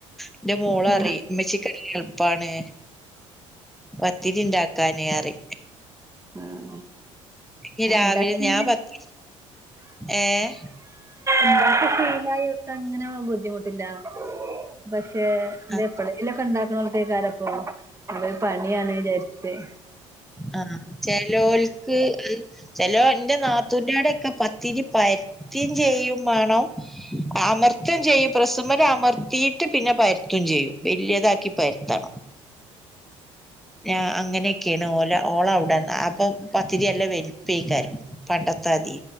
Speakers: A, in the centre; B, on the right.
A: എന്റെ മോള അറിയമ്മച്ചക്ക്
B: ആഹ്
A: എളുപ്പാണ് പത്തിരിണ്ടാക്കാനേയറി
B: ആഹ്
A: ഇ
B: ആഹ്
A: രാവിലെ
B: ഇണ്ടാക്കി അങ്ങനെ
A: ഞാൻ പത്ത് ഏർ
B: ഉണ്ടാക്ക ഫീലായിർക്ക് അങ്ങനെ ബുദ്ധിമുട്ടില്ലക്ഷ പേ എന്ത
A: ആഹ്
B: എപ്പഴെലൊക്കെ ഉണ്ടാക്കണത്തേക്കാരപ്പൊ നമ്മ പണിയാണ് വിചാരിച്ചട്ട
A: ആഹ ചലോൽക്ക് ചലോ എന്റെ നാത്തൂന്റെടെ ഒക്കെ പത്തിരിപ്പായി ം ചെയ്യും വേണം അമർത്ം ചെയ്യും പ്രസമന അമർത്തിയിട്ട് പിന്നെ ും ചെയ്യും വലിയതാക്കി പരുത്തണം
B: <inaudible>
A: ഞ അങ്ങനെയൊക്കെയാണ് പോഓലെ ഓള അവിട അപ്പൊ പത്തിരി എല്ലാം വലുപ്പക്കാരും പണ്ടത്തെ തീതി